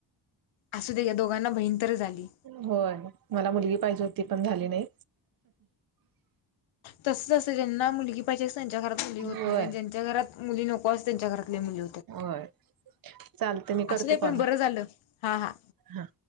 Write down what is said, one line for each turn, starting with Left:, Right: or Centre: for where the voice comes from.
Left: असूद्या या दोघांना भहिण तर झाली.
Right: होय मला मुलगी पाहिजे होती पण झाली नाय.
Left: तस असतंय ज्यांना मुलगी पाहिजे त्यांच्या घरात मुली होत
Right: होय
Left: नाय आणि ज्यांच्या घरात मुली नको असत त्यांच्या घरात लय मुली
Right: होय चालते मी करते
Left: असुदे पण
Right: कॉल
Left: बरं झालं. हा हा
Right: हा